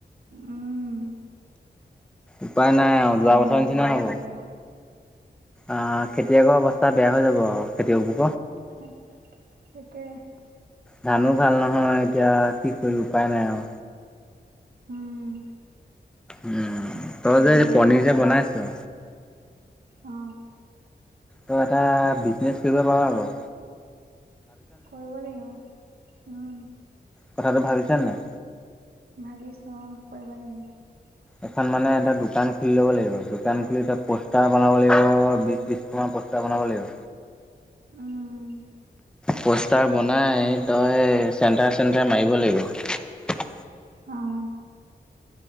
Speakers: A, on the right; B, in the centre.
A: উম
B: উপায় নাই অ
A: খৰে
B: যোৱা বছৰ
A: মাৰিবনে
B: নিচিনাই হ'ব
A: কি আৰু
B: অ খেতিয়কৰ অৱস্থা বেয়া হৈ যাব আৰু খেতিয়ক
A: হে সেইটোৱে
B: ধানো ভাল নহয় এতিয়া কি কৰিবি উপায় নাই আও
A: উম
B: উম তই
A: নাজানো
B: যে পনীৰ যে বনাইছ
A: অ
B: তই এটা বিজনেচ কৰিব পাও আক অ
A: কৰিব লাগিব উম
B: কথাটো ভাবিছানে নাই?
A: ভাবিছো কৰিব লাগিব।
B: এখন মানে এটা দোকান খুলি ল'ব লাগিব। দোকান খুলি তাত পোষ্টাৰ বনাব লাগিব- বিশখন মান পোষ্টাৰ বনাব লাগিব।
A: উমঁ।
B: পোষ্টাৰ বনাই তই চেণ্টাৰ চেণ্টাৰ মাৰিব লাগিব।
A: উমঁ।